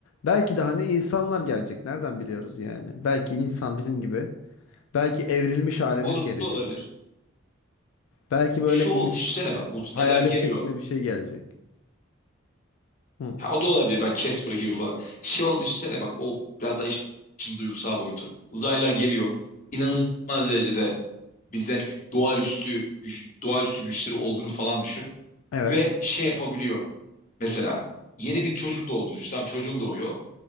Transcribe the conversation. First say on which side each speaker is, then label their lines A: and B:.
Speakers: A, on the left; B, on the left.
A: belki de hani insanlar gelecek. Nereden biliyoruz yani? Belki insan bizim gibi. Belki evrilmiş halimiz
B: O da
A: gelecek.
B: olabilir.
A: Belki böyle
B: Şu olmuş
A: ins
B: düşünsene bak uzaylılar
A: hayalet
B: geliyor.
A: şeklinde bir şey gelecek. Hı.
B: Ha, o da olabilir bak Casper gibi falan. Şey olmuş düşünsene bak o biraz da iş- işin duygusal boyutu. Uzaylılar geliyor. İnanılmaz derecede bizden doğaüstü güç, doğaüstü güçleri olduğunu falan düşün.
A: Evet.
B: Ve şey yapabiliyor. Mesela yeni bir çocuk doğdu. Tam çocuğun doğuyor.